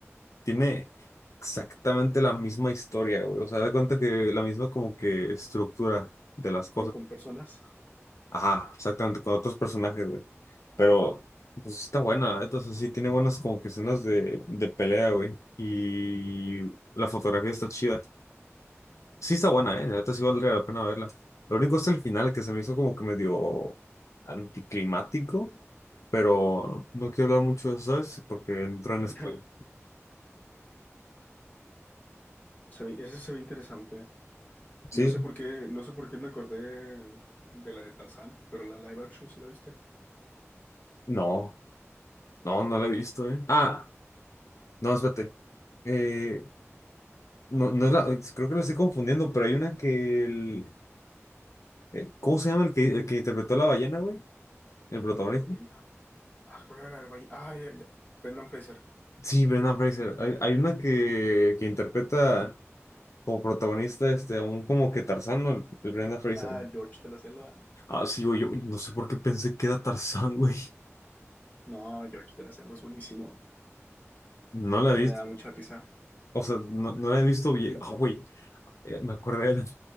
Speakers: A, on the left; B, on the left.
A: Tiene exactamente la misma historia, güey. O sea, de cuenta que la misma como que estructura de las cosas.
B: pero con personas.
A: Ajá, exactamente, con otros personajes, güey. Pero, pues está buena, entonces sí, tiene buenas como que escenas de, de pelea, güey. Y la fotografía está chida. Sí está buena, eh. La neta sí valdría la pena verla. Lo único es el final que se me hizo como que medio anticlimático, pero no quiero hablar mucho de eso, ¿sabes? Porque entró en
B: <laughs>
A: spoiler.
B: Se ve- ese se ve interesante.
A: Sí,
B: No sé por qué, no sé por qué me acordé de la de Tarzán, pero la live action sí la viste.
A: no. No, no la he visto, ¿eh? Ah, no, espérate. Eh, no, no es la, eh, creo que la estoy confundiendo, pero hay una que el, el- ¿cómo se llama el que, el que interpretó a la ballena, güey? El protagonista.
B: A la ballena. Ah, ¿cuál era la del ballena? Ah, ya, ya. Brendan Fraser.
A: Sí, Brendan Fraser. Hay, hay una que, que interpreta como protagonista este, a un como que Tarzán, ¿no? El, el Brendan Fraser.
B: Ah, George de la Selva.
A: Ah, sí, güey, yo no sé por qué pensé que era Tarzán, güey.
B: No, George de la Selva es buenísimo.
A: No la he
B: A
A: visto.
B: mí me da mucha risa.
A: O sea, no, no la he visto bien. Ah, güey, eh, me acordé.